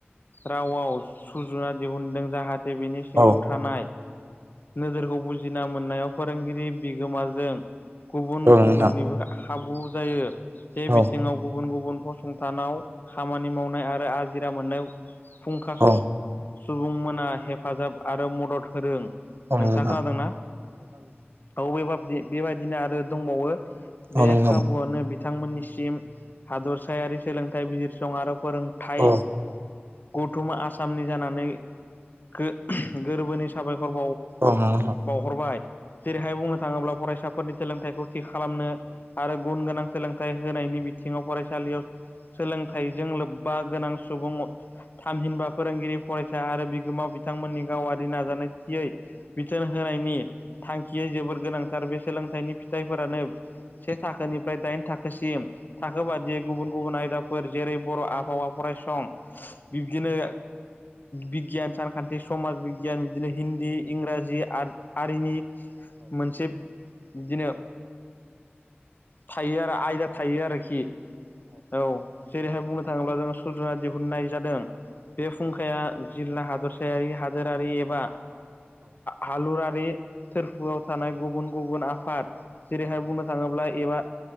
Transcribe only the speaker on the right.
औ
औ नोंथां
औ
औ नोंथां औ नोंथां
औ
औ
नोंथां
औ नोंथां औ
नोंथां औ नोंथां औ नोंथां
औ
औ नोंथां औ नोंथां औ नोंथां औ नोंथां औ नोंथां औ नोंथां औ